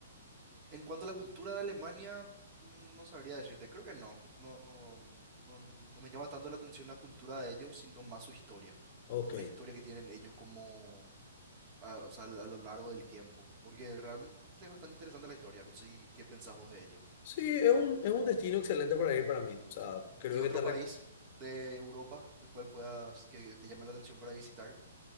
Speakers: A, on the right; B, on the left.
A: En cuanto a la cultura de Alemania, mm, no sabría decirte, creo que no. No, no, no me llama tanto la atención la cultura de ellos, sino más su historia.
B: Ok.
A: O sea, la historia que tienen ellos como, a, o sea, a lo largo del tiempo. Porque realmente es bastante interesante la historia. No sé si- qué pensás vos de ello.
B: Sí, es un, es un destino excelente para ir para mí. O sea, creo
A: ¿Y otro
B: que te... re-
A: país de Europa, el cual puedas, que te llame la atención para visitar?